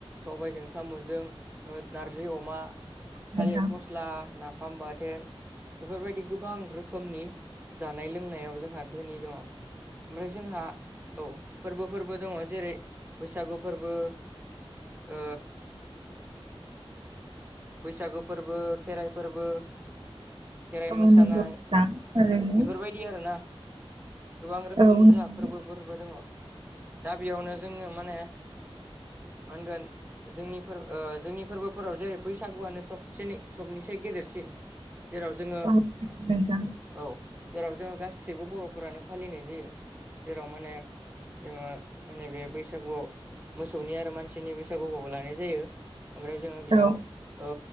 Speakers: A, on the right; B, on the right.
A: सबाइजों साम'जों ओ नारजै‌ अमा
B: नोंथां
A: थालिर फस स्ला नाफाम बाथोन बेफोरबायदि गोबां रोखोमनि जानाय लोंनायाव जोंहा धोनि दङ ओमफ्राय जोंहा औ फोरबो फोरबो दङ जेरै बैसागु फोरबो ओ बैसागो फोरबो खेराइ फोरबो खेराइ
B: औ
A: मोसानाय
B: नंगौ नोंथां थारैनो
A: बेफोरबाय दि आरोना गोबां रोखोमनि
B: औ नंगौ
A: जोंहा फोरबो फोरबो दङ दा बेयावनो जोङो माने मा होनगोन जोंनि जोंनि फोरबोफोराव जेरै बैसागुआनो सबसेनै सबनिसाय गेदेरसिन जेराव जोङो
B: औ नोंथां
A: औ जेराव जोङो गासिबो बर'फोरानो फालिनाय जायो जेराव माने जोङो माने बे बैसागुआव मोसौनि आरो मानसिनि बैसागुखौबो लानाय जायो ओमफ्राय जोङो बेयाव
B: औ
A: ओ